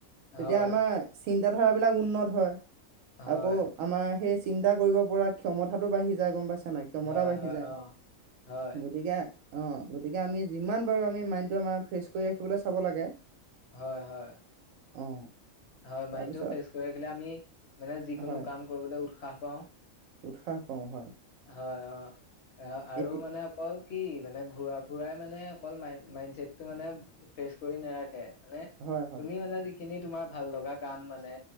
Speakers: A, on the right (about 75°); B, on the left (about 60°).
A: তেতিয়া
B: হয়,
A: আমাৰ চিন্তা। এতিয়া ধাৰাবিলাক উন্নত হয়।
B: হয়,
A: আকৌ আমাৰ সেই চিন্তা কৰিব পৰা ক্ষমতাটো বাঢ়ি যায়, গম পাইছা? ক্ষমতা
B: হয়,
A: বাঢ়ি
B: হয়
A: যায়।
B: অ, হয়,
A: গতিকে অ'! গতিকে আমি, যিমান পাৰোঁ আমি মাইণ্ডটো আমাৰ ফ্ৰেছ কৰি ৰাখিবলৈ চাব লাগে।
B: হয় হয়।
A: অ
B: হয়,
A: তাৰপিছত
B: মাইণ্ডটো ফ্ৰেচ কৰি ৰাখিলে আমি মানে যিকোনো
A: হয়
B: কাম কৰিবলৈ উৎসাহ পাওঁ।
A: উৎসাহ পাওঁ হয়।
B: হয়। অ'! অ'! আৰু
A: এতিয়া
B: মানে অকল কি মানে, ঘূৰা ফুৰাই মানে, অকল মাইণ্ড মাইণ্ডছেটটো মানে ফ্ৰেছ কৰি নাৰাখে। মানে,
A: হয় হয়
B: তুমি মানে আজি সেই খিনি, তোমাৰ ভাল লগা কাম মানে!